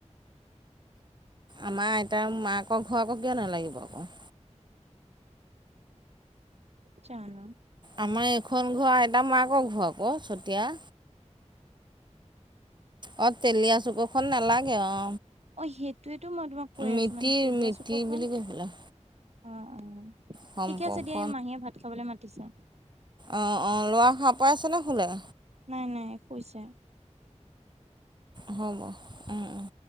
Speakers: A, on the right (about 40°); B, on the right (about 60°).
A: আমাৰ আইতাৰ মাকৰ ঘ আকৌ কিয় নালাগিব আকৌ
B: জানো
A: আমাৰ এইখন ঘৰ আইতা মাকৰ ঘৰ আকৌ চতিয়া অ তেলি আছো কখন নালাগে অ
B: অ সেইটোয়েতো মই তোমাক কৈ
A: মিতিৰ
B: আছো মানে তেলীয়া
A: মিতিৰ
B: চুকখন
A: বুলি কৈ পেলাই
B: অ অ
A: সম্পৰ্ক
B: ঠিকে আছে দিয়া মাহীয়ে ভাত খাবলৈ মাতিছে
A: অঁ অঁ ল'ৰা সাৰ পাই আছেনে শুলে
B: নাই নাই শুই ছে
A: হ'ব উম উম।